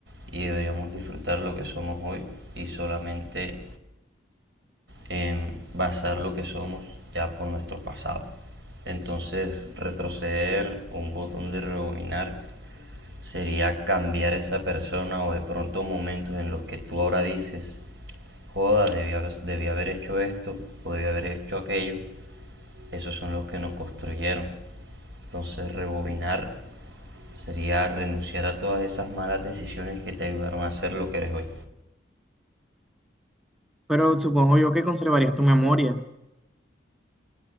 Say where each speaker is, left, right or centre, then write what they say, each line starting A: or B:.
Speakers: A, on the right (about 65°); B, in the centre.
A: y deberíamos disfrutar lo que somos hoy y solamente en basar lo que somos ya por nuestro pasado. Entonces, retroceder o un botón de rebobinar sería cambiar esa persona o de pronto momentos en los que tú ahora dices, joda, debí haber, debí haber hecho esto o debí haber hecho aquello. Esos son los que nos construyeron. Entonces, rebobinar sería renunciar a todas esas malas decisiones que te ayudaron a ser lo que eres hoy.
B: Pero supongo yo que conservarías tu memoria,